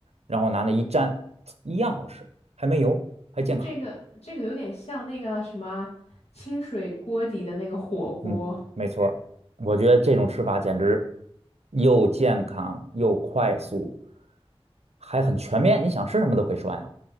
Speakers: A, on the right; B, on the left.
A: 然后拿那一蘸，一样好吃，还没油，还健康。
B: 这个这个有点像那个什么清水锅底的那个火锅。
A: 嗯，没错儿我觉得这种吃法简直又健康又快速，还很全面。你想吃什么都可以涮呀，